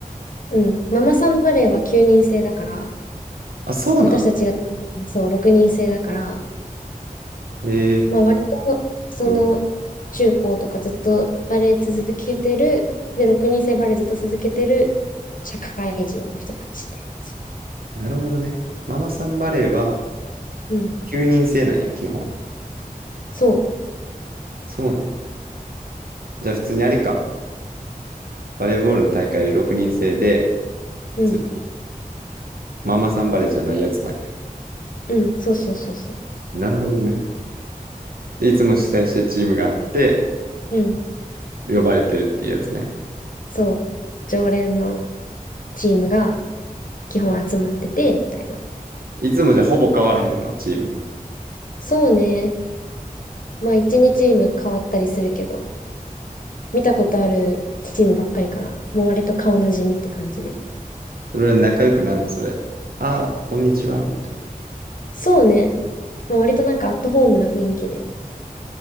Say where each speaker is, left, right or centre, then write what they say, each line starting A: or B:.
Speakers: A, on the left; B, on the right.
A: うん、ママさんバレーは9人制だから、
B: あ、そうなん
A: で私たちがそう6人制だから、
B: ええ
A: まあ、割とその中高とかずっとバレー続けてる、
B: うん
A: で、6人制バレーずっと続けてる社会人の人たちって感じ。
B: なるほどね。ママさんバレーは
A: うん、
B: 9人制なんや、基本。
A: そ
B: そうなんや。じゃあ普通にあれか。バレーボールの大会で6人制で、
A: う、
B: 普通に
A: うん、
B: ママさんバレーじゃないやつなんや。
A: うん、そうそうそうそう、
B: なるほどね。で、いつも主催してるチームがあって、
A: うん、
B: 呼ばれてるっていうやつね。
A: そう、常連のチームが基本集まってて、みたいな。
B: いつもじゃあほぼ変わらへんの、チーム。
A: そうね。まあ1日チーム変わったりするけど、見たことあるチームばっかりかな。もう割と顔なじみって感じで。
B: それは仲良くなんの、それ。ああ、こんにちは、みたいな。
A: そうね。まあ、割となんかアットホームな雰囲気で。